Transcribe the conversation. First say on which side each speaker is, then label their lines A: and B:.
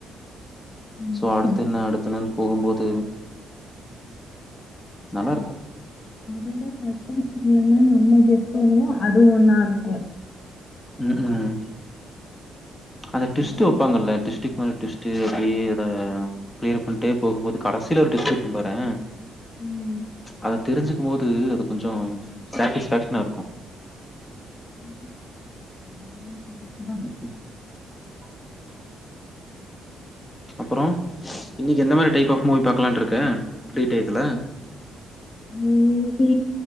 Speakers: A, on the left; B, on the left.
A: ஆமா
B: சோ அடுத்து
A: சஸ்பென்ஸ்
B: என்ன அடுத் என்னனு போகும்போது நல்லாருக்கும்.
A: ஆ அதோட ச ஸ்பென்ஸ் இல்லன்னா நம்ம கெஸ் பண்ணுவோ அது ஒண்ணா இருக்கு
B: ம் ம் அந்த
A: எல்லாமே
B: டுஸ்டு வெப்பாங்கல்ல டுஸ்டுக் மேல டுவிஸ்டு அப்படியே அத க்ளியர் பண்டே போகும்போது கடசிலே ஒரு டுஸ்டு இருக்கு பாரே
A: ம்
B: அத தெரிஞ்சிக்மோது அது கொஞ்சோ சாட்டிஸ்பாக்க்ஷனா இருக்கு
A: <unintelligible> அதான்
B: ம்ஹ்ம். அப்புறோ இன்னிக்கு எந்த மாரி டைப் ஆஃப் மூவி பாக்கலாண்ட்ருக்க ஃபிரீ டைத்துலே
A: ம் இன்னிக்கி